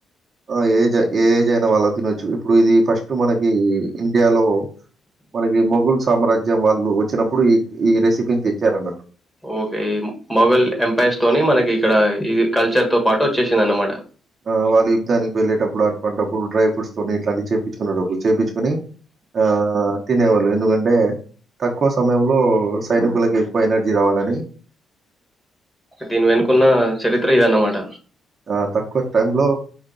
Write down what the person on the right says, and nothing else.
ఆ ఏజే ఏ జైనా వాళ్ళక్ తినచ్చు ఇప్పుడు ఇది ఫస్ట్ మనకి ఇండియాలో మనకి మొగుల్ సామ్రాజ్యం వాళ్ళు వచ్చినప్పుడు ఈ ఈ రెసిపీని తెచ్చారన్నట్టు.
ఆ వాళ్ళు యుద్దనికి వెళ్లేటప్పుడు అటువంటిప్పుడు డ్రై ఫ్రూట్స్ తోని ఇట్లాంటివి చేయించుకునేటోళ్లు చేపించుకోని ఆ తినేవాళ్ళు ఎందుకన్ బె తక్కువ సమయంలో సైనికులకు ఎక్కువ ఎనర్జీ రావాలని
ఆ తక్కువ టైం లో